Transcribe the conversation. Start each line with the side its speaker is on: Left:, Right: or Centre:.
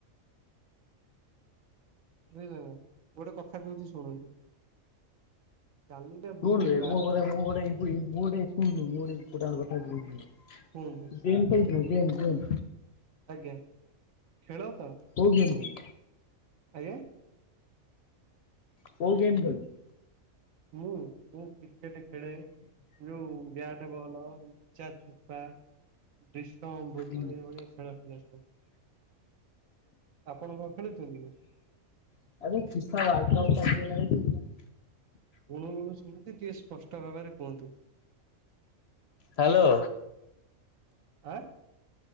Right: ବୁଝିଲେ ନା ଗୋଟେ କଥା କହୁଛି ଶୁଣନ୍ତି। ଜାଲିଟା
Left: ଶୁଣୁ
Right: ବୁଲିି
Left: ବେ
Right: ଵା
Left: ମୁଁ <unintelligible> ମୁଁ ଗୋଟେ କୁହନ୍ତୁ ମୁଁ ଗୋଟେ ଇମ୍ପୋଟାଣ୍ଟ କଥା କହୁଛି
Right: ହୁଁ।
Left: ଗେମ୍ ଖେଳୁଥିଲ ଗେମ୍ ଗମ୍?
Right: ଆଜ୍ଞା ଖେଳ ତ?
Left: କୋଉ ଗେମ୍
Right: ଆଜ୍ଞା।
Left: କୋଉ ଗେମ୍ ଖେଳୁଛୁ।
Right: ମୁଁ ମୁଁ କ୍ରିକେଟ ଖେଳେ ଯୋଉ ବ୍ୟାଟ୍ ବଲ୍। କଚା ଛୁପା ବିଷ ଅମୃତ
Left: ଖେଳୁଛୁ?
Right: ଏଇଭଳିଆ ଖେଳ ଥିଲା ସବୁ। ଆପଣ କଣ ଖେଳୁଛନ୍ତି କି?
Left: <unintelligible>
Right: ଗୁଣୁ ଗୁଣୁ ଶୁଭୁଛି ଟିକେ ସ୍ପଷ୍ଟ ଭାବରେ କୁହନ୍ତୁ।
Left: ହ୍ୟାଲୋ।
Right: ଆଁ।